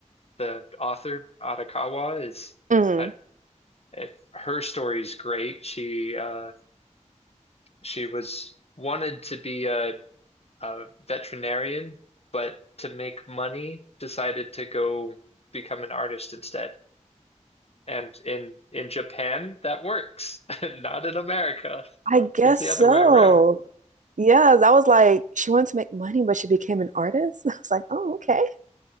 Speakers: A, on the left; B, on the right.
A: the author Arakawa is
B: Mhm.
A: I, it, her story's great. She uh, she was wanted to be a, a veterinarian, but to make money, decided to go become an artist instead. And in in Japan, that works. <laughs> Not in America.
B: I guess
A: It's the
B: so.
A: other way around.
B: Yeah, that was like she wanted to make money, but she became an artist. <laughs> I was like, oh, okay.